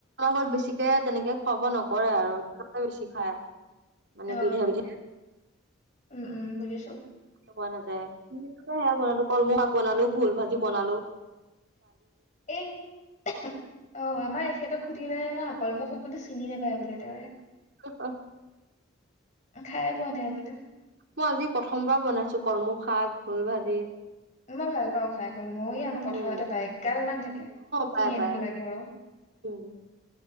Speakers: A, on the right; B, on the left.
A: ত বেছিকে তেনেকে খুৱাব নকৰে আৰু। <unintelligible> বেছি খায়। মানে
B: অ
A: বিধে-বিধে।
B: উম - উম, বুজিছোঁ।
A: টো খোৱা নাযায়। <inaudible> সেয়া বনালোঁ, কলমৌ শাক বনালোঁ, ভোল ভাজি বনালোঁ।
B: এই অ' আমাৰ এখেতক সুধিলে হে অকল। মোক <unintelligible> চিনি নাপায় বোলে তেওঁৰে।
A: হঁ-হঁ-।
B: খায়ে পোৱা নাই আগতে।
A: মই আজি প্ৰথমবাৰ বনাইছোঁ কলমৌ শাক, ভোল ভাজি।
B: মই ভাল পাওঁ খাই কলমৌ। এই আমাৰ পথাৰতে
A: উম,
B: পায়। এগাল মান থাকে। চিঙি
A: পাই পাই
B: আনিব লাগে আৰু।
A: অ'।